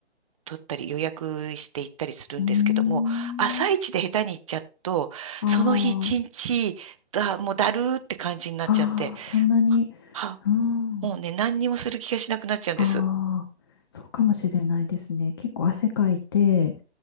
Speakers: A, on the right; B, on the left.
A: 取ったり予約して行ったりするんですけども、
B: うーん。
A: 朝一で下手に行っちゃうと、
B: あ
A: その日一日だ、もうだるーって感じになっちゃって、
B: あ。ああ、そんなに。
A: は、
B: うん。
A: もうね、何にもする気がしなくなっちゃうんです。
B: ああ、そうかもしれないですね。結構汗かいて、